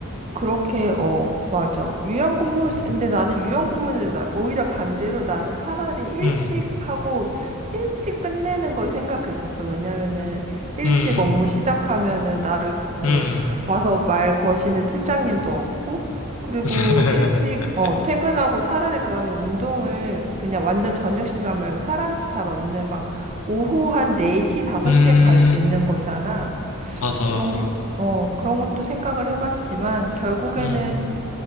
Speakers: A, on the right (about 30°); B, on the left (about 80°).
A: 그렇게, 어, 맞아. 유연근무,
B: 음.
A: 근데 나는 유연근무제, 나, 오히려 반대로 나는 차라리 일찍
B: 음.
A: 하고, 일찍 끝내는 걸 생각했었어. 왜냐면은, 일찍
B: 음.
A: 업무 시작하면은, 나를, 뭐,
B: 음.
A: 와서 말 거시는 팀장님도 없고, 그리고
B: <laughs>
A: 일찍, 어, 퇴근하고 차라리 그러면 운동을 그냥 완전 저녁 시간 말고 사람들 잘 없는 막, 오후 한 4시, 5시에
B: 음.
A: 갈 수 있는 거잖아.
B: 맞아.
A: 그런 것, 어, 그런 것도 생각을 해봤지만, 결국에는
B: 음.